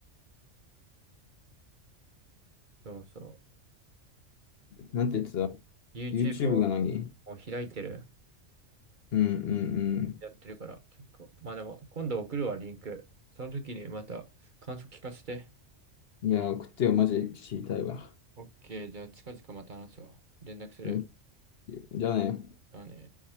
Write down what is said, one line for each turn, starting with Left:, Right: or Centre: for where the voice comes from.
Right: そうそ
Left: なんて言ってた
Right: う。YouTube
Left: ?YouTube
Right: を
Left: が何
Right: もう開いてる。
Left: うんうん
Right: やってるから、結構。まあでも、今度送るわ、リンク。その時にまた感想聞かせて。
Left: うん。いや、送ってよ、マジ知りたいわ。
Right: オッケー、じゃあ近々また話すわ。連絡する。
Left: うん。じゃあね。
Right: あのね。